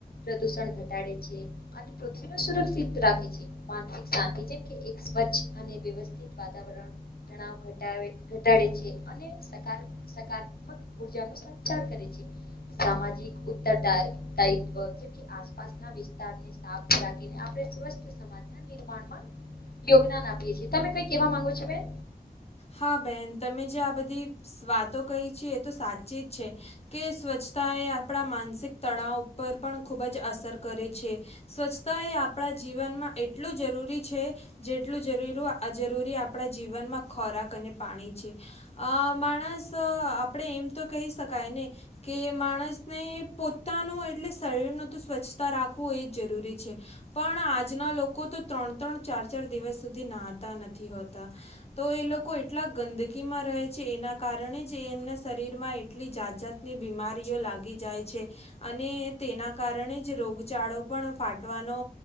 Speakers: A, on the left (about 75°); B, on the left (about 40°).
A: પ્રદુષણ ઘટાડે છે. અને પૃથ્વી ને સુરસિત રાખે છે. માનસિક શાંતિ જેમ એક સ્વચ્છ અને વ્યવસ્થા વાતાવરણ તણ ઘટાડે છે. અનેસકા સકારાત્મક ઉર્જા સામજિક, ઉરાયવ જે આસપાસ ના વિસ રાખીને આપણે સ્વસ્થ સમાજના નિર્માણમાં યોગદાન આપીએ છીએ. તમે કઈ કેવા માંગો છો બેન?
B: હા બેન તમે જે આ બધી વાતો કહી છે. એ તો સાચી જ છે. કે સ્વચ્છ સ્વછતા એ આપણા માનસિક તળાવ ઉપર પણ ખૂબ જ અસર કરે છે. સ્વચ્છતા એ આપણા જીવનમાં એટલું જરૂરી છે. જેટલું જરૂરી જરૂરી આપણા જીવનમાં ખોરાક અને પાણી છે. અ માણસ આપણે એમ તો કહી શકાય ને કે માણસને પો પોતા ન એટલે શરીર ન તો સ્વચ્છતા રાખવું એ જ જરૂરી છે. પણ આજના લોકો તો ત્રણ-ત્રણ ચાર-ચાર દિવસ સુધી નાહતા નથી હોતા. તો એ લોકો એટલા ગંદકી માં રહે છે. એના કારણે જ એ એમના શરીર માં એટલી જાત જાતની ની બીમારીઓ લાગી જાય છે. અને તેના કારણે જ રોગચળો પણ ફાટવાનો